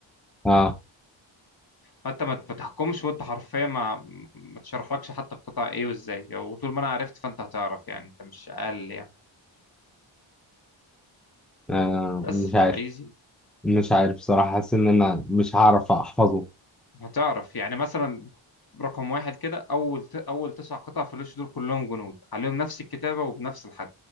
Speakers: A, in the centre; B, on the left.
A: اه,
B: فانت ما ما تحكمش وانت حرفيا ما ما تشرحلكش حتى القطع ايه وازاي وطول ما انا عرفت فانت هتعرف يعني انت مش اقل يعني
A: آه
B: بس
A: مش
B: فايزي
A: عارف مش عارف بصراحه حاسس ان انا مش هعرف احفظه
B: هتعرف يعني مثلا رقم واحد كده اول ت... اول تسع قطع في الوش دول كلهم جنود عليهم نفس الكتابه وبنفس الحجم